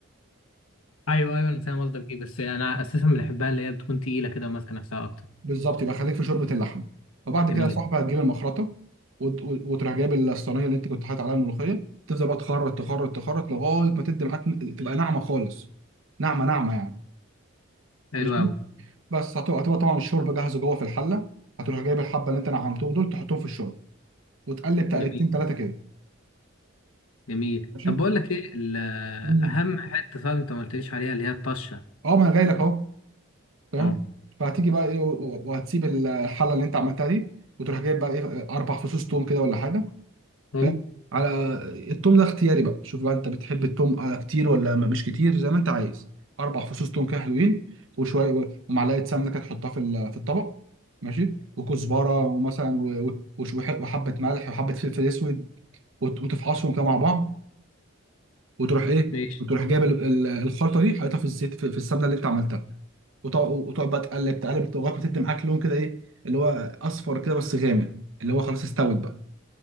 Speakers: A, on the left; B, on the right.
A: ايوه ايوه انا فاهم قصدك ايه بس انا اساسا بنحبها اللي هي بتكون تقيله كده وماسكه نفسها اكتر
B: بالظبط يبقى خليك في شوربه اللحمه وبعد
A: جميل
B: كده يا صاحبي هتجيب المخرطه وت- وت- وتروح جايب الصينيه اللي انت كنت حاطط عليها الملوخيه تفضل بقى تخرط تخرط تخرط لغايه ما تدي معاك تبقى ناعمه خالص ناعمه ناعمه يعني
A: حلو
B: ماشي
A: قوي
B: بس هت- هتبقى طبعا الشوربه جاهزه جوه في الحله هتروح جايب الحبه اللي انت نعمتهم دول تحطهم في الشوربه وتقلب تقلبتين
A: جميل
B: ثلاثه كده
A: جميل
B: ماشي
A: طب بقول لك ايه ال-
B: مم.
A: اهم حته صعب انت ما قلتليش عليها اللي هي الطشه
B: اه ما انا جاي لك اهو فاهم
A: اه
B: فهتيجي بقى ايه و- وهتسيب الحله اللي انت عملتها دي وتروح جايب بقى ايه اربع فصوص توم كده ولا حاجه
A: حلو
B: فاهم على التوم ده اختياري بقى شوف بقى انت بتحب التوم آه، كتير ولا م- مش كتير زي ما انت عايز اربع فصوص توم كده حلوين وشويه ومعلقه سمنه كده تحطها في ال- في الطبق ماشي وكزبره ومثلا و- و- وش- وح- وحبه ملح وحبه فلفل اسود وت- وتفعصهم كده مع بعض وتروح ايه
A: ماشي
B: وتروح جايب ال- ال- الخلطه دي حاططها في الزيت في في السمنه اللي انت عملتها وتقعد وتقعد بقى تقلب تقلب لغايه ما تدي معاك لون كده ايه اللي هو اصفر كده بس غامق اللي هو خلاص استوت بقى